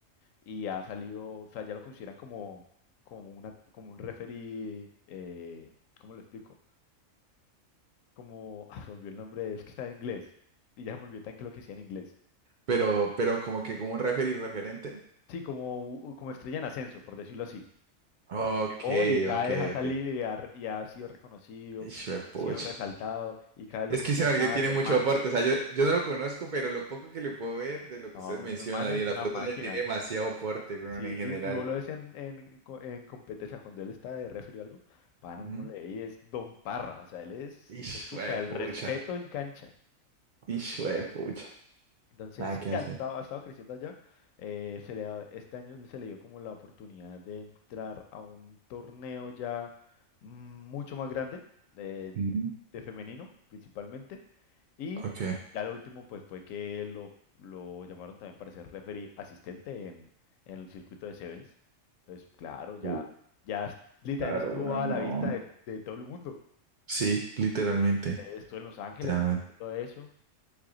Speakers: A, on the left (about 80°); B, on the right (about 60°).
A: y ha salido, o sea, ya lo consideran como, como, una, como un referee, eh, ¿cómo lo explico? Como, ah, se me olvidó el nombre, es que está en inglés, y ya se me olvidó tan que lo que decía en inglés.
B: Pero, pero como que como un referee referente.
A: Sí, como, u- como estrella en ascenso, por decirlo así,
B: Ok,
A: porque llegó y cada
B: ok,
A: vez ha salido
B: ok.
A: y ha, y ha sido reconocido,
B: Hijo de pucha.
A: ha sido resaltado, y cada vez
B: Es
A: lo pone
B: que ese Marguerite
A: de más,
B: tiene
A: de
B: mucho
A: más.
B: aporte. O sea, yo, yo no lo conozco, pero lo poco que le puedo ver de lo
A: No,
B: que ustedes mencionan
A: Feman es
B: y de las
A: una
B: fotos
A: máquina.
B: de él tiene demasiado aporte, weón,
A: Sí,
B: en
A: y
B: general.
A: y vos lo ves en, en, co- en competencia, cuando él está de referee o algo, pan,
B: Ujú.
A: uno le y es Don Parra, o sea, él es,
B: Hijo
A: pucha,
B: de
A: el
B: pucha.
A: Pucha. respeto en cancha.
B: Hijo de pucha.
A: Entonces,
B: Nada que
A: sí,
B: hacer.
A: ha estado, ha estado creciendo allá. Eh, se le ha- este año se le dio como la oportunidad de entrar a un torneo ya mm, mucho más grande, eh, de,
B: Ujú.
A: de femenino principalmente. Y
B: Ok.
A: ya lo último, pues fue que lo, lo llamaron también para ser referee asistente en, en el circuito de Sevens. Entonces, claro, ya,
B: Uh,
A: ya literalmente
B: claro,
A: estuvo
B: weón,
A: a
B: no.
A: la vista de, de todo el mundo.
B: Sí, literalmente.
A: Eh, Estuvo en Los Ángeles,
B: Ya, man.
A: todo eso.